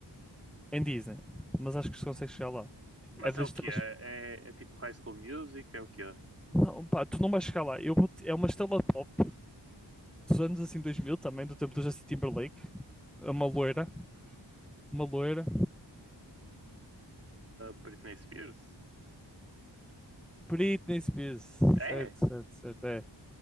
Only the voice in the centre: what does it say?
em Disney. Mas acho que se consegue chegar lá. Tipo,
é das
estrelas.
Não, pá, tu não vais chegar lá. Eu vou te- É uma estrela pop dos anos assim 2000 também, do tempo do Justin Timberlake. É uma loira. Uma loira.
Britney Spears.
Certo, certo, certo. É.